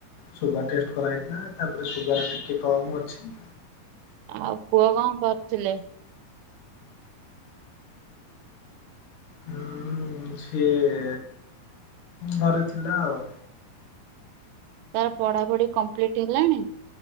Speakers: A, on the left; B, on the right.
A: ସୁଗାର ଟେଷ୍ଟ କରାହେଇଥିଲା, ତାପରେ ସୁଗାର ଟିକେ କମ୍ ଅଛି।
B: ଆଉ ପୁଅ କଣ କରୁଥିଲେ?
A: ହୁଁ ସିଏ ଘରେ ଥିଲା ଆଉ।
B: ତାର ପଢାପଢି କମ୍ପ୍ଲିଟ ହେଲାଣି